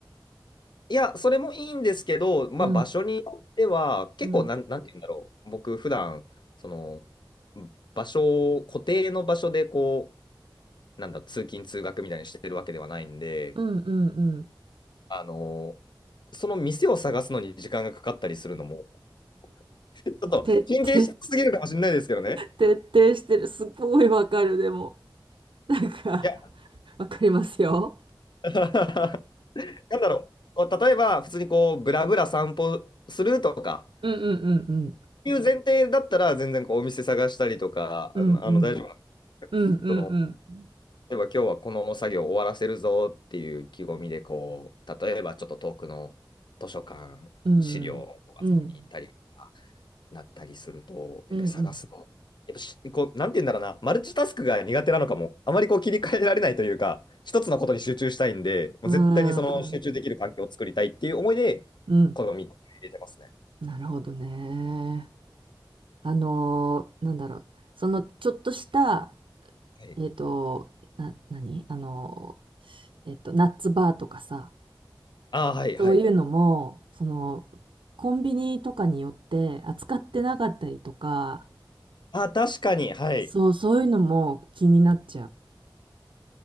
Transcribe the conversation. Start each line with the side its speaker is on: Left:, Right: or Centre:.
Left: いや、それもいいんですけど、まあ場所によっては、
Right: うん
Left: 結構なん、
Right: うん
Left: なんて言うんだろう。僕普段、その、場所を、固定の場所でこう、なんだ、通勤通学みたいにしてるわけではないんで、
Right: うんうんうん。
Left: あの、その店を探すのに時間がかかったりするのも、ちょっと神経質すぎるかもしれないですけどね。
Right: 徹底徹底してる。すごいわかる、でも。なんか、
Left: いや、
Right: わかりますよ。
Left: <laughs> なんだろう。こう例えば、普通にこう、ブラブラ散歩するとか、
Right: うんうんうんうん。
Left: いう前提だったら、全然こう、お店探したりとか、
Right: うんうん
Left: あの、あの大丈夫なんで
Right: うんうん
Left: す。その、例えば今日はこの作業終わらせるぞっていう意気込みで、こう、例えばちょっと遠くの図書館、
Right: うんうんうん
Left: 資料を集めに行ったりとかなったりすると、
Right: うん
Left: やっぱり探すの、やっぱしこう、なんて言うんだろうな、マルチタスクが苦手なのかも、あまりこう切り替えられないというか、一つのことに集中したいんで、もう絶対にその集中できる環境を作りたいっていう思いで、
Right: うんうん
Left: この3つ入れてますね。
Right: なるほどね。あのー、なんだろう。その、ちょっとした、
Left: はい、
Right: えっと、な、何あのー、えっと、ナッツバーとかさ、
Left: ああ、はい、
Right: そういうのも、
Left: はい。
Right: その、コンビニとかによって扱ってなかったりとか、
Left: ああ、確かに、はい。
Right: そう、そういうのも気になっちゃう。